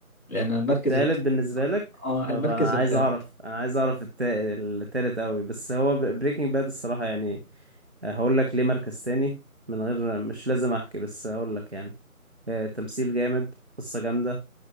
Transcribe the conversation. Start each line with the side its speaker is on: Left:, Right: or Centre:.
Left: لان المركز
Right: التالت
Left: الت...
Right: بالنسبة لك
Left: اه
Right: طب
Left: المركز
Right: انا
Left: الثالث
Right: عايز اعرف انا عايز اعرف التا... التالت قوي بس هو بريكنج باد الصراحة يعني آه، هقول لك ليه مركز تاني من غير مش لازم احكي بس هقول لك يعني آه، تمثيل جامد قصة جامدة